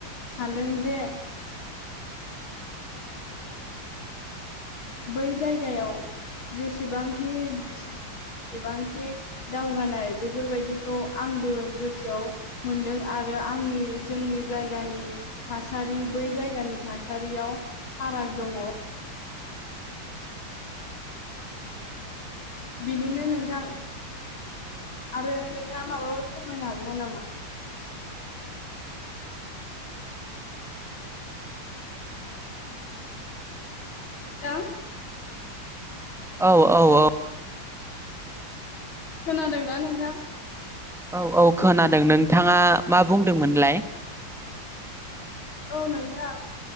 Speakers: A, on the left; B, in the centre.
A: सानो- नों जे- बै जायगायाव जेसेबांखि- जसेबांखि दावगानाय बेफोरबायदिखौ आंबो गोसोआव मोनदों आरो- आंनि जोंनि जायगानि थासारि बै जायगानि थासारियाव फाराग- दङ। बिनिनो नोंथां- आरो नोंहा माबाफोर फोरमायनो हाबावगोन नामा?
B: <inaudible>
A: नोंथां?
B: औ! औ! औ!
A: खोनादोंना नोंथां?
B: औ! औ! खोनादों नोंथाङा मा बुंदोंमोनलाय?
A: औ नोंथां।